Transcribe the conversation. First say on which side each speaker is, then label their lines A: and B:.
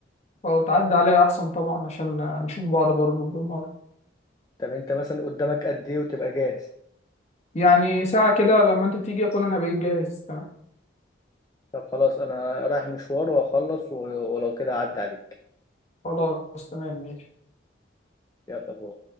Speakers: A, on the left; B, on the left.
A: طب تعدي عليا احسن طبعا عشان آه، نشوف بعض برضو بالمرة
B: طب انت مثلا قدامك قد ايه وتبقى جاهز
A: يعني ساعة كده لما انت تيجي اكون انا بقيت جاهز تمام
B: طب خلاص انا رايح مشوار وهخلص و- ولو كده عدى عليك
A: خلاص تمام ماشي
B: يلا بو